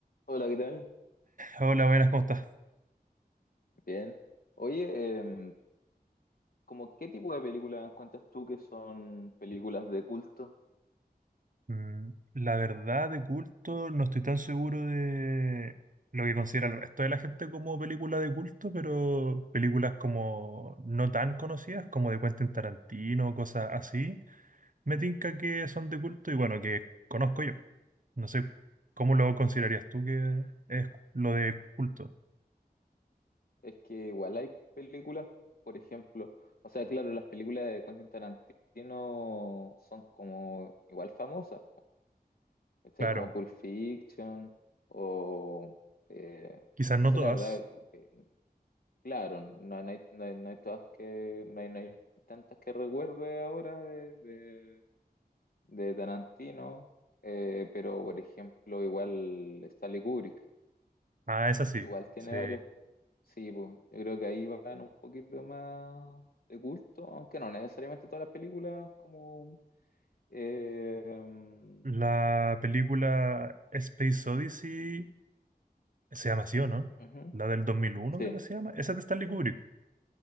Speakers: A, on the left; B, on the right.
A: Hola, ¿qué tal?
B: Hola, buenas, ¿cómo estás?
A: Bien. Oye, em, ¿como qué tipo de películas encuentras tú que son películas de culto?
B: Mm, La verdad, de culto, no estoy tan seguro de lo que considera el resto de la gente como película de culto, pero películas como no tan conocidas, como de Quentin Tarantino, cosas así, me tinca que son de culto y bueno, que conozco yo. No sé, ¿cómo lo considerarías tú que es lo de culto?
A: Es que igual hay películas, por ejemplo, o sea, claro, las películas de Quentin Tarantino son como igual famosas, po, ¿cachai?
B: Claro,
A: Como Pulp Fiction o, eh,
B: quizás no
A: no sé,
B: todas.
A: la verdad, como que, claro, no, hay, no hay- no hay- no hay todas que, no hay, no hay tantas que recuerde ahora de, de Tarantino, eh, pero por ejemplo, igual Stanley Kubrick,
B: Ah, esa sí,
A: igual tiene
B: sí.
A: varias. Sí, pues, yo creo que ahí van un poquito más de culto, aunque no necesariamente todas las películas como. eh, mm,
B: La película Space Odyssey. Se llama así, ¿o no?
A: ujú,
B: La del dos mil uno
A: Sí,
B: creo que se llama. Esa es de Stanley Kubrick.